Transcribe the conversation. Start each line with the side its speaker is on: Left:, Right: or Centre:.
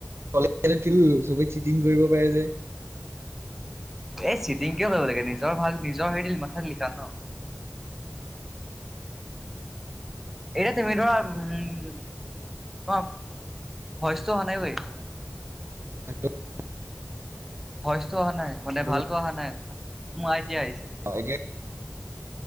Right: কলেজত কিন্তু চবেই চিটিং কৰিব পাৰে যে।
Centre: এই চিটিং কিয় কৰিব লাগে, নিজৰ ভাল, নিজৰ হেৰি মাথাত লিখা ন। এতিয়া তুমি ধৰা উমঁ, তোমাৰ ভইচটো অহা নাই ঐ।
Right: <unintelligible>
Centre: ভইচটো অহা নাই, মানে
Right: হেল্ল'
Centre: ভালকৈ অহা নাই, উমঁ এতিয়া আহিছে।
Right: এতিয়া